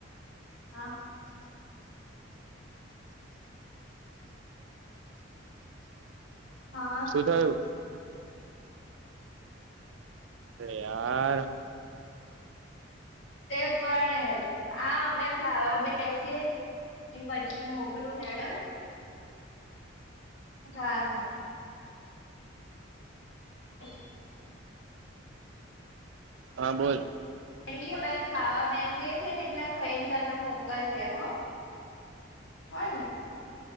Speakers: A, on the left; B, on the right.
A: હા. હા
B: શું થયું? યાર
A: તે પણ આ અમે ખાવા બેસીએ પછી મોકલું હેડમ હા હા એક
B: હા બોલ
A: એ કે અમે ખાવા બેસીએ છીએ ને એટલે ખાઈ ને તને મોકલી લે હ હો ન